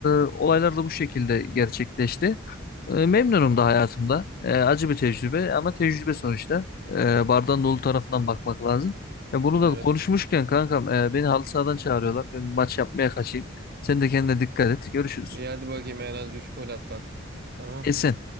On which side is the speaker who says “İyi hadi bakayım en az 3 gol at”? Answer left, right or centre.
Right